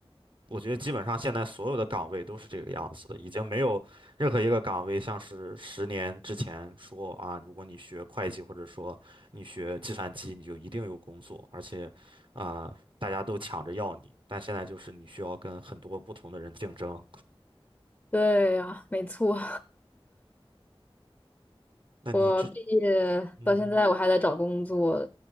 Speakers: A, on the right; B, on the left.
A: 我觉得基本上现在所有的岗位都是这个样子的，已经没有任何一个岗位像是十年之前说啊，如果你学会计或者说你学计算机，你就一定有工作，而且啊，大家都抢着要你。但现在就是你需要跟很多不同的人竞争。
B: 对呀，没错，
A: 那你之
B: 我毕业到现在我还在找工作。
A: 嗯哼